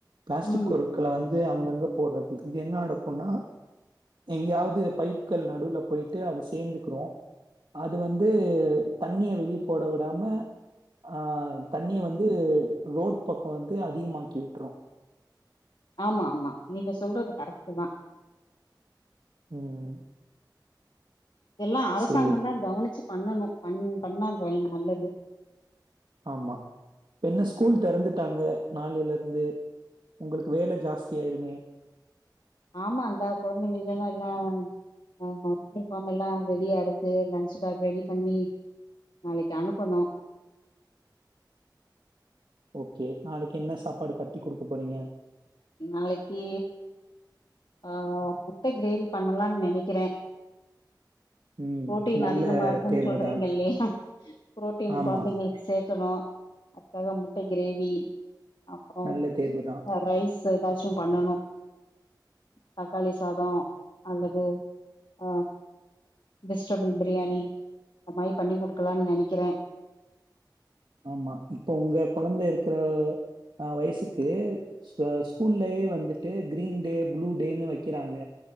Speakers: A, on the right; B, on the left.
A: பிளாஸ்டிக்
B: ம்
A: பொருட்கள வந் து அங்கங்க போடுறது இது என்ன நடக்கும்னா எங்கேயாவது பைப்கள் நடுவுல போயிட்டு அது சேந்துக்கிரு அது வந்து தண்ணிய வெளி போட விடாம ஆ தண்ணிய வந்து ரோட் பக்கம் வந்து அதிகமாக்கி விட்டுரு
B: ஆமா ஆமா நீங்க சொல்றது கரெக்ட்டுதா
A: ம்
B: எல்லா அரசாங்கந்தா
A: சரி.
B: கவனிச்சு பண்ணணு பண் பண்ணா நல்லது
A: ஆமா என்ன ஸ்கூல் தெறந்துட்டாங்க நாளைல இருந்து உங்களுக்கு வேல ஜாஸ்தி ஆயிருமே
B: ஆமா அந்த கொழந்தைங்கள்க்கு எல்லா ஆஹ யூனிஃபார்ம் எல்லா ரெடியா இருக்கு லன்ச் பேக் ரெடி பண்ணி நாளைக்கு அனுப்பனு
A: ஓகே நாளைக்கு என்ன சாப்பாடு கட்டி குடுக்க போறீங்க
B: நாளைக்கி ஆ முட்ட கிரேவி பண்ணலாம்னு நெனைக்கிறே
A: ம்.
B: புரோட்டீன்
A: நல்ல
B: அதிகமா இருக்குன்னு
A: தேர்வு
B: சொல்றீங்க
A: தான்.
B: இல்லையா புரோட்டீன்
A: ஆமா.
B: கொழந்தைங்களுக்கு சேக்கணு அத்க்காக முட்ட கிரேவி அப்பறோ
A: நல்ல தேர்வு தான்.
B: ரைஸ் ஸுஎதாச்சு பண்ணணு தக்காளி சாதோ அல்லது அ வெஜ்டபிள் பிரியாணி அது மாரி பண்ணி குடுக்கலான்னு நெனைக்கிறெ
A: ஆம்மா இப்ப உங்க கொழந்தை இருக்கிறல் ஆ வய்சுக்கு ஸ்வ ஸ்கூல்லயே வந்துட்டு கிரீன் டே ப்ளூ டேன்னு வக்கிறாங்க